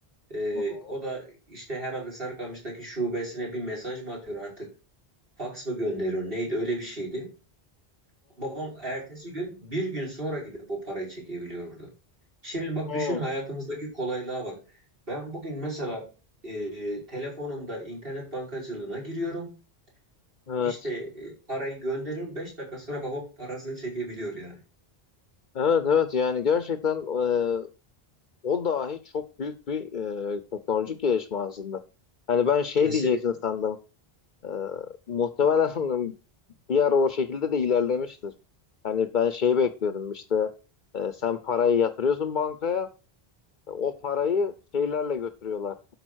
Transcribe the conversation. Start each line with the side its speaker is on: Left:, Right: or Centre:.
Right: Ee,
Left: Hı hı.
Right: o da işte herhalde Sarıkamış'taki şubesine bir mesaj mı atıyor artık? Faks mı gönderiyor? Neydi öyle bir şeydi. Babam ertesi gün bir gün sonra gidip o parayı çekebiliyordu. Şimdi bak
Left: Hı,
Right: düşün hayatımızdaki
Left: hı.
Right: kolaylığa bak. Ben bugün mesela e, telefonumda internet bankacılığına giriyorum.
Left: Evet.
Right: İşte e, parayı gönderiyorum. 5 dakika sonra babam parasını çekebiliyor yani.
Left: Evet evet yani gerçekten e, O dahi çok büyük bir e, teknolojik gelişme aslında. Hani ben şey
Right: Kesinlikle.
Left: diyeceksin sandım. E, muhtemelen <laughs> bir ara o şekilde de ilerlemiştir. Hani ben şeyi bekliyordum işte e, sen parayı yatırıyorsun bankaya o parayı şeylerle götürüyorlar.